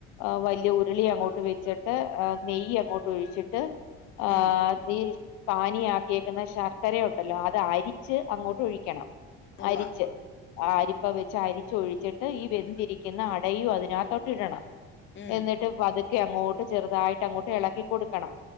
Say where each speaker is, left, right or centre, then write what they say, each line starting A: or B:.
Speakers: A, on the left; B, on the left.
A: ആ വല്ല്യ ഉരുളിയങ്ങോട്ട് വെച്ചിട്ട് നെയ്യങ്ങോട്ട് ഒഴിച്ചിട്ട് ആഹ്
B: ഉം
A: ഈ പാനിയാക്കിയേക്കുന്ന ശർക്കരയുണ്ടല്ലോ അത് അരിച്ച് അങ്ങോട്ട് ഒഴിക്കണം
B: ഉവ്വ
A: അരിച്ച് ആ അരിപ്പ വെച്ച് അരിച്ചൊഴിച്ചിട്ട് ഈ വെന്തിരിക്കുന്ന അടയും അതിനകത്തോട്ട്ടണം
B: ഉം
A: എന്നിട്ട് പതുക്കെയങ്ങോട്ട് ചെറുതായിട്ട് അങ്ങോട്ട് എളക്കി കൊടുക്കണം